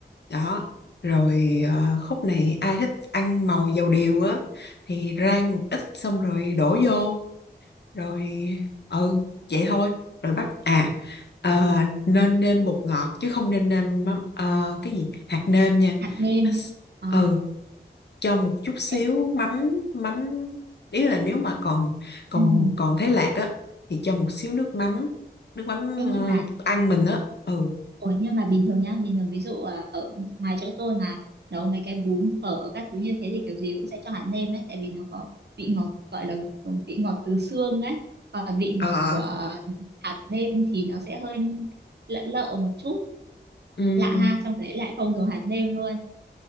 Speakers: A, on the left (about 75°); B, on the right (about 70°).
A: đó rồi ờ, khúc này ai thích ăn màu dầu điều á thì rang một ít xong rồi đổ vô rồi ừ vậy thôi rồi bắt à ờ, nên nêm bột ngọt chứ không nên nêm mắm- ờ, cái gì hạt nêm nha
B: hạt nêm.
A: nó s-
B: À,
A: ừ cho một chút xíu
B: ê,
A: mắm mắm ý là nếu mà còn còn
B: ừm,
A: còn thấy lạc á thì cho một xíu nước mắm nước mắm
B: ê,
A: ờ,
B: nhưng mà
A: ăn mình á ừ
B: Ủa nhưng mà bình thường nhá, bình thường ví dụ à, ở ngoài chỗ tôi mà nấu mấy cái bún phở các thứ như thế thì kiểu gì cũng sẽ cho hạt nêm ấy, tại vì nó có vị ngọt gọi là vị ngọt từ xương ấy, còn vị ngọt
A: Ờ,
B: của hạt nêm thì nó sẽ hơi lợn lợ một chút,
A: ừ
B: lạ ha, trong đấy lại không dùng hạt nêm luôn.